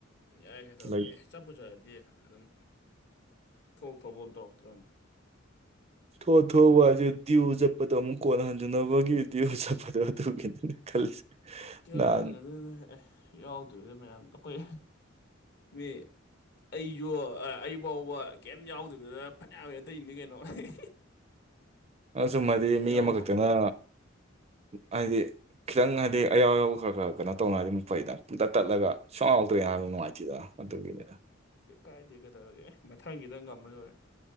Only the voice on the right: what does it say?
ꯂꯩ
ꯊꯣ ꯊꯣ ꯋꯥ ꯑꯗꯨ ꯗꯤꯎ ꯆꯠꯄꯗꯣ ꯑꯃꯨꯛ ꯀꯣꯟ ꯍꯟꯖꯅꯕꯒꯤ ꯗꯤꯎ ꯆꯠꯄꯗꯣ ꯇꯗꯨꯈꯤꯗꯅ ꯈꯜꯂꯤꯁꯦ
ꯅꯍꯥꯟ
ꯑꯁꯨꯝ ꯍꯥꯏꯗꯤ
ꯃꯤ ꯑꯃꯈꯛꯇꯅ
ꯍꯥꯏꯗꯤ ꯈꯤꯇꯪ ꯍꯥꯏꯗꯤ ꯑꯌꯥꯎ ꯑꯌꯥꯎꯕ ꯈꯔ ꯈꯔ ꯀꯩꯅꯣ ꯇꯧꯅꯔꯗꯤ ꯑꯃꯨꯛ ꯐꯩꯗ ꯄꯨꯡꯇꯠ ꯇꯠꯂꯒ ꯁꯥꯎꯟꯗꯣ ꯌꯥꯝ ꯅꯨꯡꯉꯥꯏꯇꯦꯗꯅ ꯑꯗꯨꯒꯤꯅꯦꯗ